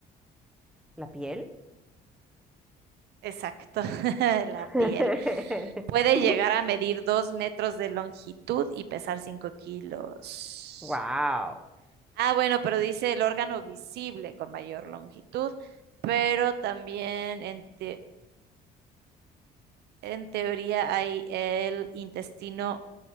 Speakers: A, in the centre; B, on the right.
A: ¿la piel?
B: Exacto, <laughs> la
A: <laughs>
B: piel. Puede llegar a medir dos metros de longitud y pesar cinco kilos.
A: Wow.
B: Ah, bueno, pero dice el órgano visible con mayor longitud, pero también en, te- en teoría hay el intestino